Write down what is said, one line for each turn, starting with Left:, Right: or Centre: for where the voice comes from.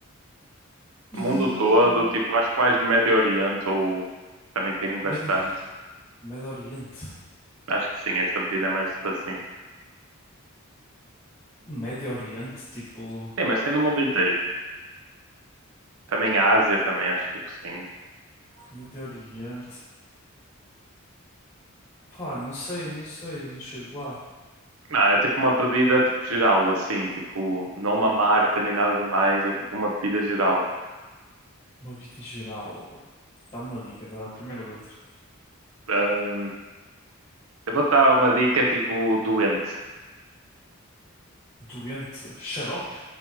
Left: Eh,
Right: Mundo todo, tipo, acho que mais Médio Oriente ou também tem bastante.
Left: Médio, Médio Oriente.
Right: Acho que sim, esta bebida é mais tipo assim.
Left: Médio Oriente, tipo.
Right: Sim, mas tem no mundo inteiro. Também a Ásia também, acho que sim.
Left: Médio Oriente. Pá, não sei, não sei, não chego lá.
Right: Não, é tipo uma bebida tipo geral, assim, tipo, não uma marca nem nada de mais, é tipo uma bebida geral.
Left: Uma vida geral. Dá-me uma dica da primeira letra.
Right: Ahm, eu vou dar uma dica tipo doente.
Left: Doente. Xarope?